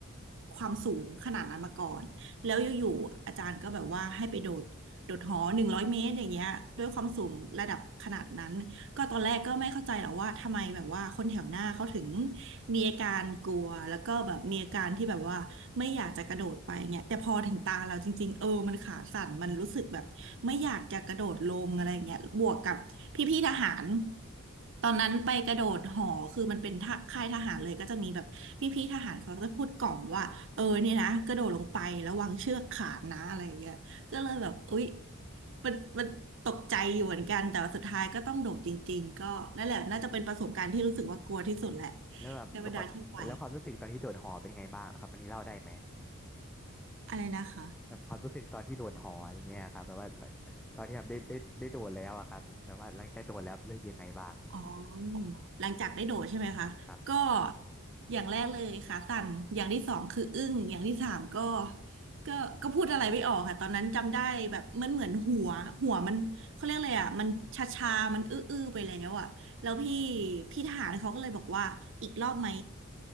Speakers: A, on the right; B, in the centre.
A: ความสูงขนาดนั้นมาก่อนแล้วอยู่ๆอาจารย์ก็แบบว่าให้ไปโดดโดดหอหนึ่งร้อยเมตรอย่างเงี้ยด้วยความสูงระดับขนาดนั้น ก็ตอนแรกก็ไม่เข้าใจหรอกว่าทำไมแบบว่าคนแถวหน้าเขาถึงมีอาการกลัวแล้วก็แบบมีอาการที่แบบว่าไม่อยากจะกระโดดไปเนี่ยแต่พอถึงตาเราจริงๆเออมันขาสั่นมันรู้สึกแบบไม่อยากจะกระโดดลงอะไรเงี้ยบวกกับพี่ๆทหารตอนนั้นไปกระโดดหอคือมันเป็นท่าค่ายทหารเลยก็จะมีแบบพี่ๆทหารเขาก็จะพูดกล่อมว่าเออเนี่ยนะกระโดดลงไประวังเชือกขาดนะอะไรอย่างเงี้ยก็เลยแบบอุ๊ย มันมันตกใจอยู่เหมือนกันแต่ว่าสุดท้ายก็ต้องโดดจริงๆก็นั่นแหละน่าจะเป็นประสบการณ์ที่รู้สึกว่ากลัวที่สุดแหละ
B: แล้วแบบแล้วความแล้วความรู้สึกตอนที่โดดหอเป็นไงบ้างครับอันนี้เล่าได้ไหม
A: ในบรรดาที่ไปอะไรนะคะ
B: แบบความรู้สึกตอนที่โดดหออะไรเงี้ยครับแบบว่าตอนที่แบบได้ได้ได้โดดแล้วอะครับแบบว่าหลังจากโดดแล้วรู้สึกยังไงบ้าง
A: อ๋อหลังจากได้โดดใช่ไหมคะ
B: ครับ
A: ก็อย่างแรกเลยขาสั่นอย่างที่สองคืออึ้งอย่างที่สามก็ก็ก็พูดอะไรไม่ออกค่ะตอนนั้นจำได้แบบมันเหมือนหัวหัวมันเขาเรียกอะไรอ่ะมันชาชามันอื้ออื้อไปแล้วอ่ะแล้วพี่พี่ทหารเขาก็เลยบอกว่าอีกรอบไหม